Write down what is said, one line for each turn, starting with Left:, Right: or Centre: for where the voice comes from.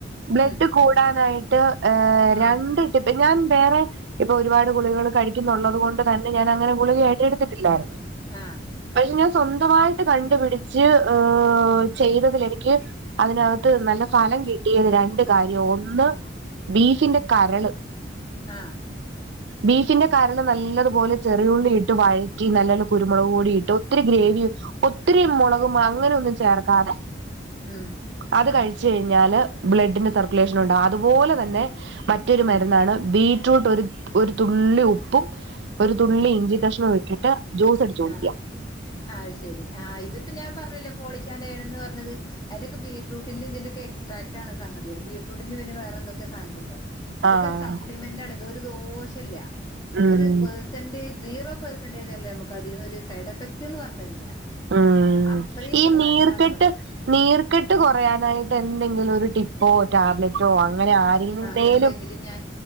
Right: ബ്ലഡ്
Left: ഉം
Right: കൂടാനായിട്ട് ഏ
Left: ഉം
Right: രണ്ട് ടിപ്പ് ഞാൻ വേറെ ഇപ്പോ ഒരുപാട് ഗുളികള് കഴിക്കുന്നൊള്ളത് കൊണ്ട് തന്നെ ഞാൻ അങ്ങനെ ഗുളികായിട്ട് എടു ത്തിട്ടില്ലായിരുന്നു.
Left: ആഹ്.
Right: പക്ഷേ ഞാൻ സ്വന്തമായിട്ട് കണ്ടുപിടിച്ച് ഏ ചെയ്തതിൽ എനിക്ക് അതിനകത്ത് നല്ല ഫലം കിട്ടിയത് രണ്ട് കാര്യമാ ഒന്ന് ബീഫിന്റെ കരള്.
Left: ആഹ്.
Right: ബീഫിന്റെ കരള് നല്ലതുപോലെ ചെറിയുള്ളി ഇട്ട് വഴറ്റി നല്ല പോലെ കുരുമുളക് കൂടി ഇട്ടു ഒത്തിരി ഗ്രേവിയോ
Left: ഉം
Right: ഒത്തിരി മുളകും അങ്ങനെ ഒന്നും ചേർക്കാതെ
Left: ഉം
Right: അത് കഴിച്ചു കഴിഞ്ഞാല് ബ്ലഡിന് സർക്കുലേഷൻ ഉണ്ടാകും. അതുപോലെ തന്നെ മറ്റൊരു
Left: ഉം
Right: മരുന്നാണ്
Left: ഉം
Right: ബീറ്റ്റൂട്ട് ഒരു ഒരു തുള്ളി ഉപ്പും ഒരു തുള്ളി
Left: ഉം
Right: ഇഞ്ചി കഷ്ണവും ഇട്ടിട്ട് ജ്യൂസ് അടിച്ചു കുടിക്കുക
Left: ആഹ് അഉ ശെരി ആഹ് ഇതിപ്പോ ഞാൻ പറഞ്ഞില്ലേ ഫോളിക്കാന്റ യേൺന്ന് പറഞ്ഞത് അതിലൊക്കെ ബീറ്റ്റൂട്ടിന്റെ ന്തിന്റെയൊക്കെയോ എക്സ്ട്രാക്ട് ആണ് സംഗതികള് ബീറ്റ്റൂട്ടിന്റെ പിന്നെ വറെന്തെ ക്കെയോ സാധനത്തിന്റെ ഇതൊക്കെഒരു
Right: ആഹ്
Left: സപ്ലിമെന്റ് ആണ് ഇത് ഒരു ദോഷ ഇല്ല
Right: ഉം
Left: ഒരു പെർസെന്റേ സീറോ പെഴ്സ പെർസെന്റജല്ലേ നമ്മക്ക് അതിന്ന് ഒരു സൈഡ് എഫക്ട്ന്ന് പറഞ്ഞതില്ല
Right: ഉം
Left: അത്രീം
Right: ഈ നീർക്കെട്ട്
Left: നല്ലതാണെന്ന പറി
Right: നീർക്കെട്ട് കുറയാനായിട്ട് എന്തെങ്കിലും ഒരു ടിപ്പോ ടാബ്ല റ്റോ അങ്ങനെ ആരുണ്ടേലും
Left: ആഹ് ഉണ്ടെങ്കില് ഞാൻ